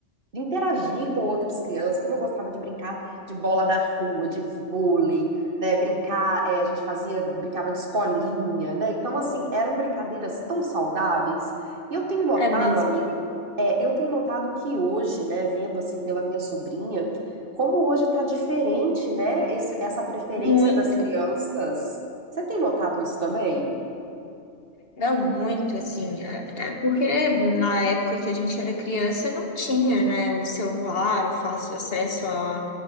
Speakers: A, on the right; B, on the left.
A: de interagir com outras crianças, como eu gostava de brincar de bola na rua, de vôlei, né? Brincar, é, a gente fazia, brincava de escolinha, né? Então, assim, eram brincadeiras tão saudáveis. E eu tenho notado,
B: É mesmo.
A: amiga, é, eu tenho notado que hoje, né, vendo assim pela minha sobrinha, como hoje tá diferente, né, esse- essa preferência
B: Muito.
A: das crianças. Você tem notado isso também?
B: Não, muito, assim. É, é porque na época que a gente era criança não tinha, né, o celular, o fácil acesso a,